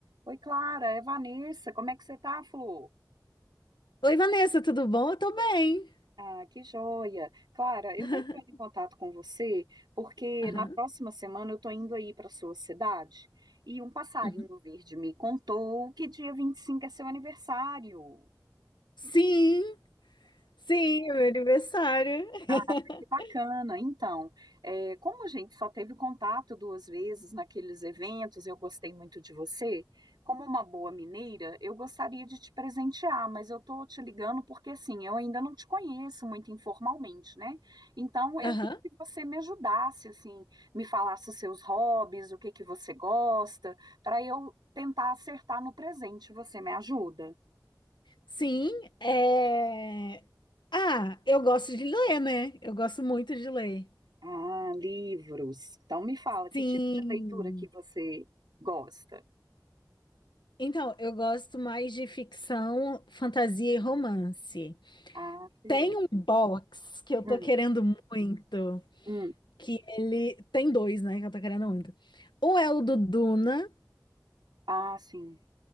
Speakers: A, on the right; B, on the left.
A: Oi, Clara, é Vanessa. Como é que você tá, Flor?
B: Oi, Vanessa, tudo bom? Eu tô bem.
A: Ah, que joia. Clara, eu
B: <laughs>
A: tô entrando em contato com você porque
B: Aham,
A: na próxima semana eu tô indo aí para sua cidade e um passarinho
B: uhum.
A: verde me contou que dia 25 é seu aniversário.
B: Sim, sim, é meu aniversário. <laughs>
A: Ah, que bacana. Então, é, como a gente só teve contato duas vezes naqueles eventos, eu gostei muito de você. Como uma boa mineira, eu gostaria de te presentear, mas eu tô te ligando porque assim, eu ainda não te conheço muito informalmente, né? Então, eu
B: Aham.
A: queria que você me ajudasse, assim, me falasse os seus hobbies, o que que você gosta, para eu tentar acertar no presente. Você me ajuda?
B: Sim, é... Ah, eu gosto de ler, né? Eu gosto muito de ler.
A: Ah, livros. Então me fala, que
B: Sim.
A: tipo de leitura que você gosta?
B: Então, eu gosto mais de ficção, fantasia e romance.
A: Ah, que
B: Tem
A: beleza.
B: um box que eu
A: Hum,
B: tô querendo muito,
A: hum.
B: que ele... Tem dois, né, que eu tô querendo muito. Um é o do Duna,
A: Ah, sim,